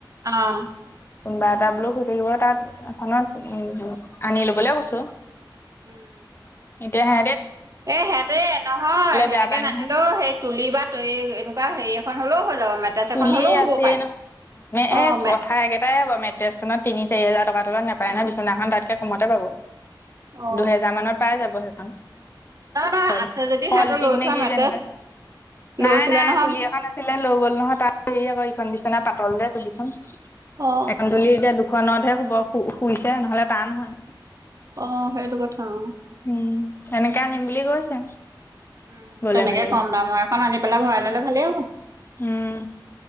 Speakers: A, on the right (about 45°); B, on the left (about 30°).
A: অ'হ
B: কোনোবা এটা বোলো শুই থাকিব তাত এখনত, উ, আনি লবলৈ কৈছো।
A: উম
B: এতিয়া হে
A: এ সিহঁতে নহয় সেনেকে
B: বেয়া পায়
A: নানিলেও,
B: নহয়
A: সেই তুলি বা এনেকুৱা হেৰি এখন হলেও যাব মেট্ৰেছ
B: তুলিয়েই
A: এখন হ'লেও হ'ব
B: আছে
A: পায়
B: নহয়,
A: অ
B: এ
A: মে
B: কথা একেটাই হ'ব মেট্ৰেছ খনত তিনি চাৰি হাজাৰ টকা তলত নাপায় নহয়, বিচনাখন তাতকৈ কমতে পাব।
A: অ
B: দুহেজাৰ মানত পাই যাব সেইখন।
A: নহয় নহয়
B: ফল-ফল
A: আছে যদি সিহঁতৰ
B: টিং
A: লৈ
B: নে
A: থোৱা
B: কি, <unintelligible>
A: মেট্ৰেছ লৈছিলে
B: নাই নাই
A: নহয়
B: তুলি এখন আছিল লৈ গ'ল নহয় তাত হেৰি আকৌ ইখন বিছনা পাতল যে তুলিখন,
A: অ
B: এখন তুলি এতিয়া দুখনত হে শুব, সু-শুইছে নহলে টান হয়।
A: অ', সেইটো কথা অ'।
B: উম, এনেকে আনিম বুলি কৈছে।
A: উম,
B: গলে
A: তেনেকে
B: মেলিলে
A: কম দামৰ এখন আনি পেলাই ভৰাই ললে ভালেই হ'ব।
B: উম